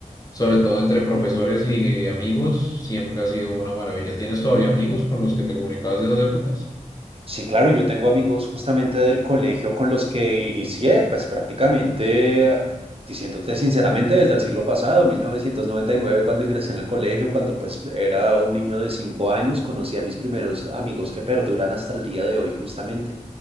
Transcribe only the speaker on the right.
Sí, claro, yo tengo amigos justamente del colegio con los que inicié, pues prácticamente, ah, diciéndote sinceramente, desde el siglo pasado, 1999, cuando ingresé en el colegio, cuando pues era un niño de cinco años, conocí a mis primeros amigos que perduran hasta el día de hoy justamente.